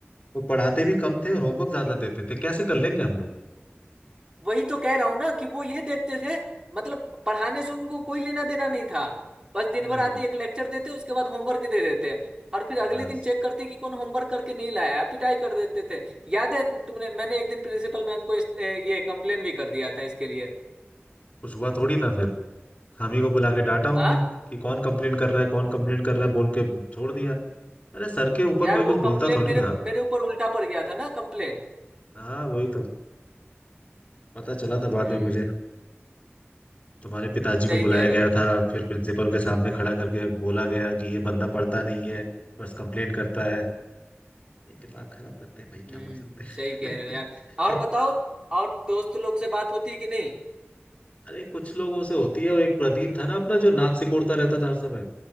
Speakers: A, on the left; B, on the right.
A: वो पढ़ाते भी कम थे और होमवर्क ज्यादा
B: नहीं
A: देते थे कैसे कर लेंगे हम लोग
B: वही तो कह रहा हूं ना कि वो ये देखते थे मतलब पढ़ाने से उनको कोई लेना देना नहीं था बस दिन
A: हम्म
B: भर आते एक लेक्चर देते उसके बाद होमवर्क दे देते और फिर
A: बस
B: अगले दिन चेक करते कि कौन होमवर्क करके नहीं लाया है, पिटाई कर देते थे याद है तुमने मैंने एक दिन प्रिंसिपल मैम को इस, ये कंप्लेन भी कर दिया था इसके लिए
A: कुछ हुआ थोड़ी था फिर हम ही को बुला के डांटा उनने
B: हाँ
A: कि कौन कंप्लेन कर रहा है कौन कंप्लेन कर रहा है बोल के छोड़ दिया अरे सर के ऊपर
B: यार
A: कोई कुछ
B: वो
A: बोलता
B: कंप्लेन
A: थोड़ी
B: मेरे
A: था
B: मेरे ऊपर उल्टा पड़ गया था ना कंप्लेन
A: हाँ वही तो पता चला था बाद
B: हम्म
A: में मुझे तुम्हारे पिताजी
B: सही
A: को बुलाया
B: कह रहे
A: गया
B: हो
A: था फिर प्रिंसिपल के सामने खड़ा करके बोला गया कि ये बंदा पढ़ता नहीं है बस कंप्लेन करता है भाई, दिमाग खराब करते हैं भाई
B: हम्म
A: क्या बोल सकते
B: सही कह
A: हैं
B: रहे हो यार और बताओ
A: <laughs>
B: और दोस्त लोग से बात होती है कि नहीं
A: अरे कुछ लोगों से होती है वो एक प्रदीप था ना अपना जो नाक सिकोड़ता रहता था हर समय